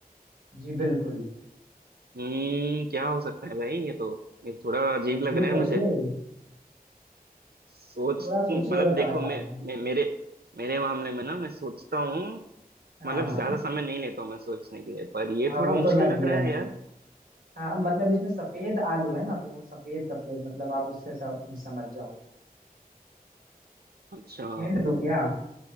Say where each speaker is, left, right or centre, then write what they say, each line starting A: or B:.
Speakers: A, on the right (about 70°); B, on the right (about 85°).
A: जी बिल्कुल
B: हम्म क्या हो सकता है भाई ये तो ये थोड़ा अजीब
A: सोचिए
B: लग रहा
A: सोचिए
B: है मुझे सोच
A: थोड़ा सोचिएगा
B: मतलब देखो
A: तो आ जाएगा
B: मैं, मैं मेरे मेरे मामले में ना मैं सोचता हूँ
A: हाँ
B: मतलब
A: हाँ
B: ज्यादा समय नहीं लेता हूँ मैं सोचने के लिए पर ये
A: हाँ
B: थोड़ा
A: वो
B: मुश्किल
A: तो लग
B: लग
A: गया
B: रहा
A: मुझे
B: है यार
A: हाँ मतलब इसमें सफेद आलू है ना तो वो सफेद सफेद मतलब आप उससे सम, समझ जाओगे
B: अच्छा
A: हिंट दूं क्या